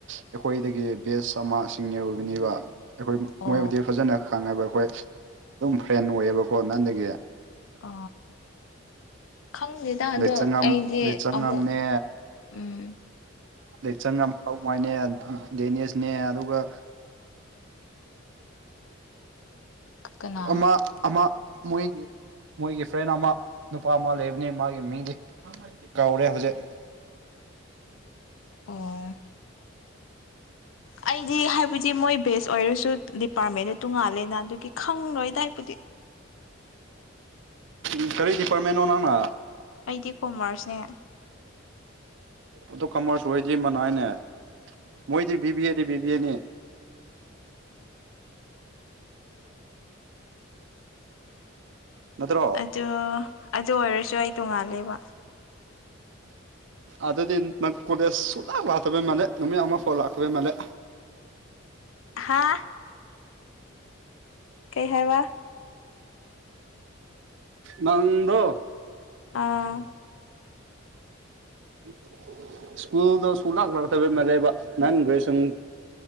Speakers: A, on the right; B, on the left.
A: ꯑꯩꯈꯣꯏꯗꯒꯤ ꯕꯦꯁ ꯑꯃ ꯑꯁꯤꯡꯅꯦ ꯑꯣꯏꯕꯤꯅꯤꯕ ꯑꯩꯈꯣꯏ
B: ꯑꯣ
A: ꯃꯣꯏꯕꯨꯗꯤ ꯐꯖꯅ ꯈꯪꯉꯦꯕ ꯑꯩꯈꯣꯏ ꯑꯗꯨꯝ ꯐ꯭ꯔꯦꯟ ꯑꯣꯏꯌꯦꯕꯀꯣ ꯅꯥꯟꯗꯒꯤ
B: ꯑ ꯈꯪꯗꯦꯗ ꯑꯗꯣ
A: ꯂꯩꯆꯪꯉꯝ
B: ꯑꯩꯗꯤ
A: ꯂꯩꯆꯪꯉꯝꯅꯦ
B: ꯑꯃꯨꯛ ꯎꯝ
A: ꯂꯦꯛꯆꯪ ꯌꯥꯝ ꯍꯉꯥꯏꯅꯦ ꯗꯦꯅꯦꯁꯅꯦ ꯑꯗꯨꯒ
B: ꯀꯅꯥ
A: ꯑꯃ ꯑꯃ ꯃꯣꯏꯒꯤ ꯃꯣꯏꯒꯤ ꯐ꯭ꯔꯦꯟ ꯑꯃ ꯅꯨꯄꯥ ꯑꯃ ꯂꯩꯕꯅꯤ ꯃꯥꯒꯤ ꯃꯤꯡꯗꯤ ꯀꯧꯔꯦ ꯍꯧꯖꯤꯛ
B: ꯑꯣ ꯑꯩꯗꯤ ꯍꯥꯏꯕꯗꯤ ꯃꯣꯏ ꯕꯦꯁ ꯑꯣꯏꯔꯁꯨ ꯗꯤꯄꯥꯔꯠꯃꯦꯟꯗ ꯇꯣꯡꯉꯥꯜꯂꯦ ꯑꯗꯨꯒꯤ ꯈꯪꯂꯣꯏꯗꯥꯏꯕꯨꯗꯤ
A: ꯝ ꯀꯔꯤ ꯗꯤꯄꯥꯔꯠꯃꯦꯟꯣ ꯅꯪꯅ
B: ꯑꯩꯗꯤ ꯀꯣꯃꯔꯁꯅꯦ
A: ꯑꯗꯨ ꯀꯃꯔꯁ ꯑꯣꯏꯗ꯭ꯔꯤ ꯃꯅꯥꯏꯅꯦ ꯃꯣꯏꯗꯤ ꯕꯤꯤꯕꯤꯑꯗꯤ ꯕꯤꯤꯕꯤꯅꯤ
B: <inaudible>
A: ꯅꯠꯇ꯭ꯔꯣ
B: ꯑꯗꯨ ꯑꯗꯨ ꯑꯣꯏꯔꯁꯨ ꯑꯩ ꯇꯣꯡꯉꯥꯂꯦꯕ
A: ꯑꯗꯨꯗꯤ ꯅꯪ ꯀꯣꯂꯦꯖ ꯁꯨꯂꯥꯛ ꯂꯥꯛꯇꯕꯩ ꯃꯥꯜꯂꯦ ꯅꯨꯃꯤꯠ ꯑꯃ ꯐꯥꯎ ꯂꯥꯛꯇꯕꯩ ꯃꯥꯜꯂꯦ
B: ꯍꯥꯥ ꯀꯩ ꯍꯥꯏꯦ ꯋꯥ
A: ꯃꯗ
B: ꯑꯥ
A: <inaudible> ꯁ꯭ꯀꯨꯜꯗꯣ ꯁꯨ ꯂꯥꯛ ꯂꯥꯛꯇꯕ ꯃꯂꯦꯕ ꯅꯟ ꯭ꯔꯦꯖꯨꯌꯦꯦꯁꯟ